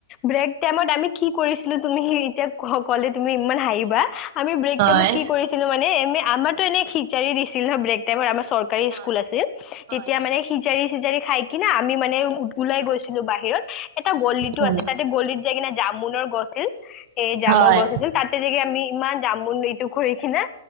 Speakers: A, on the left (about 30°); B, on the right (about 45°).
A: ব্ৰেক টাইমত আমি কি কৰিছিলো তুমি এতিয়া ক'লে তুমি ইমান হাঁহিবা। আমি ব্ৰেক
B: হয়
A: টাইমত কি কৰিছিলো মানে এম আমাৰতো এনে খিচাৰি দিছিল নয ব্ৰেক টাইমত আমাৰ চৰ কাৰী
B: হয়
A: স্কুল আছিল।
B: হয়
A: তেতিয়া মানে সি খিচাৰি চিজাৰি খাই কিনে আমি মানে ওলাই গৈছিলো বাহিৰত, এটা গলিটো
B: হয়
A: আছিল। ততে গলিত যায় কিনে জামুনৰ গছ আছিল। এই জামুনৰ
B: হয়
A: গছ আছিল। তাতে যোগে আমি ইমান যাম এইটো কৰি কিনে